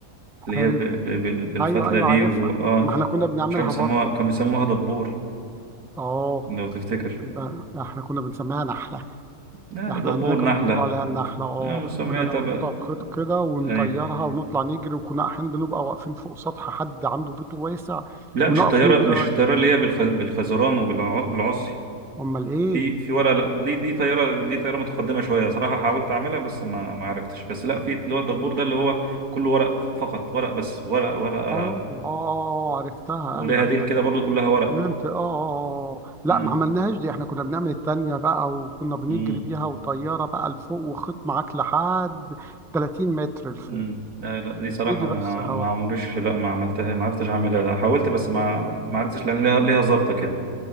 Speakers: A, on the right; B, in the centre.
A: اللي
B: حلو
A: هي ب... ب... بال- بالفتله
B: ايوه ايوه
A: دي
B: عارفها
A: واه
B: ما احنا كنا
A: مش
B: بنعملها
A: عارف بيسموها
B: برضو
A: كانوا بيسموها دبور
B: اه
A: لو تفتكر
B: ب- احنا كنا بنسميها نحلة
A: يعني
B: احنا
A: دبور
B: عندنا كانوا
A: نحله
B: بنقول عليها النحلة اه
A: يعني مسمياتها
B: كنا نربطها
A: بقى
B: بخيط كده ونطيرها
A: ايوه
B: ونطلع نجري وكنا احيانا بنبقى واقفين فوق سطح حد عنده بيت واسع
A: لا مش
B: ونقف
A: الطياره
B: نجري
A: مش الطياره اللي هي بالخ... بالخزران وبالعصي
B: امال ايه
A: في في ورقه لا دي دي طياره دي طياره متقدمه شويه صراحه حاولت اعملها بس ما ما عرفتش بس لا في اللي هو الدبور ده اللي هو كله ورق فقط ورق بس ورق ورقه
B: اه اه اه آه، عرفتها
A: وليها
B: ايوه
A: ديل
B: ايوه
A: كده برضو كلها ورق
B: فهمت اه آه، آه. لا
A: امم
B: ما عملناهاش دي احنا كنا بنعمل التانية بقى وكنا بنجري
A: امم
B: بيها وطيارة بقى لفوق وخيط معاك لحد 30 متر
A: امم
B: لفوق
A: لا لا دي صراحة
B: يجي
A: ما
B: بس هوا
A: ما عمريش لا ما عملتها ما عرفتش اعملها لا حاولت بس ما ما عرفتش لان ليها ليها ظابطة كده